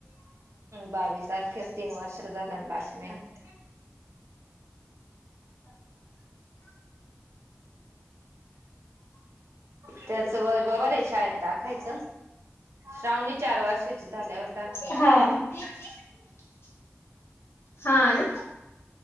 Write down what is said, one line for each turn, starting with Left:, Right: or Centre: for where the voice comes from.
Right: बावीस तारखे तीन वर्ष झालं ना. <unintelligible> <unintelligible> त्याच वय बरोबरय, शाळेत टाकायचं. श्रावणी चार वर्षाची झाल्यावर टाकी
Left: हा हा <unintelligible> हा ना.